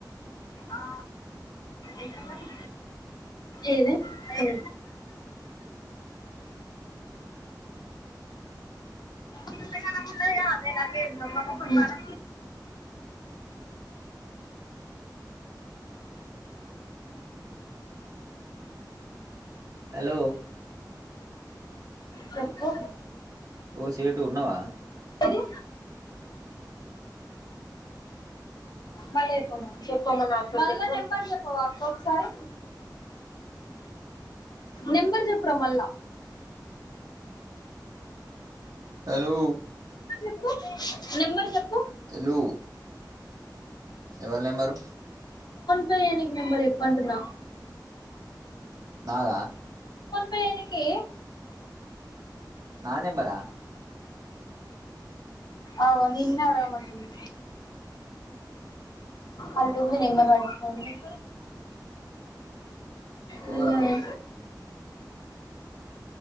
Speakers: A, on the left; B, on the right.
A: ఆ ఎక్కడిదాకా ఏది అక్కడ గింతగానం ఉన్నది కాదే లగేజ్ దొంగమొకం దాన
B: అలో
A: చెప్పు
B: ఓ సేటు ఉన్నవా
A: ఎది మల్ల ఏ పొమ్మను చెప్పు నాతోని చెప్పు మల్ల నెంబర్ చెప్పవా అక్క ఒకసారి నెంబర్ చెప్పురా మల్ల
B: హలో
A: చెప్పు, నెంబర్ చెప్పు
B: హలో ఎవళ నెంబరు
A: చేయినికి నంబరు చెప్పు అంటున్న
B: నాదా
A: దానికి
B: నా నెంబరా
A: అవు నిన్న అడగామటంది అల్లా ఉంది నెంబర్ వాడికి ఫోన్ చెయ్, నిన్ననే
B: ఓ హలో